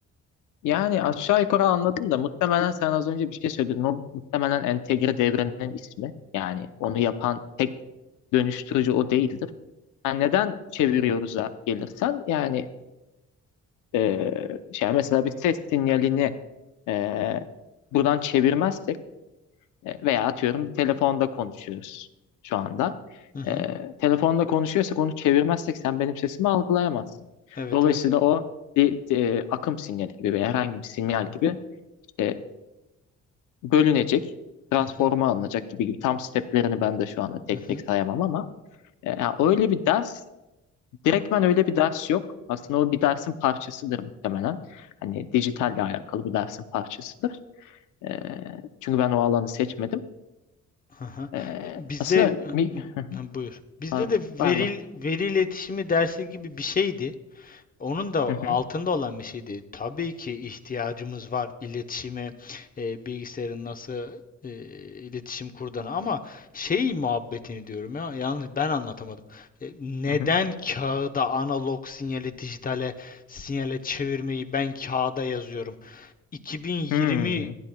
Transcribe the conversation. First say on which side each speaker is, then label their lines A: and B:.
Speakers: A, on the left; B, on the left.
A: Yani aşağı yukarı anladım da muhtemelen sen az önce bir şey söyledin. O muhtemelen entegre devrenin ismi. Yani onu yapan tek dönüştürücü o değildir. Yani neden çeviriyoruz'a gelirsen yani e, şey mesela bir ses sinyalini e, buradan çevirmezsek e, veya atıyorum bir telefonda konuşuyoruz şu anda.
B: Hı hı.
A: E, telefonda konuşuyorsak onu çevirmezsek sen benim sesimi algılayamazsın.
B: Evet
A: Dolayısıyla
B: evet.
A: o bir e, akım sinyali gibi veya herhangi bir sinyal gibi işte bölünecek, transforma
B: Hı hı.
A: alınacak gibi gibi tam steplerini ben de şu anda tek
B: Hı hı.
A: tek sayamam ama e, ya öyle bir ders, direktmen öyle bir ders yok. Aslında o bir dersin parçasıdır muhtemelen. Hani dijitalle alakalı bir dersin parçasıdır. E, çünkü ben o alanı seçmedim.
B: Hı hı.
A: E,
B: Bi- Bizde
A: aslında mi, <laughs>
B: e, hı, buyur. Bizde
A: Par-
B: de
A: pardon.
B: veri veri iletişimi dersi gibi bir şeydi. Onun da altında
A: Hı hı,
B: olan bir şeydi. Tabii ki ihtiyacımız var iletişime, e, bilgisayarın nasıl e, iletişim kurduğuna ama şey muhabbetini diyorum ya yalnız ben anlatamadım. E, neden
A: hı hı.
B: kağıda analog sinyali dijitale sinyale çevirmeyi ben kağıda yazıyorum? 2020
A: Hmm.